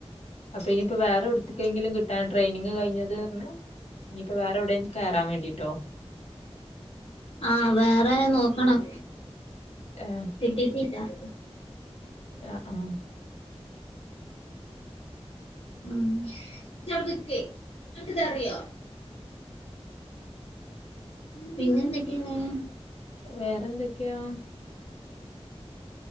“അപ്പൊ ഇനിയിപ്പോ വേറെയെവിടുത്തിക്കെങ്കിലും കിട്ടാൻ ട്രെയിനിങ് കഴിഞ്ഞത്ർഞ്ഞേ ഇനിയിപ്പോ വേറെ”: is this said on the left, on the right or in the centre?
Left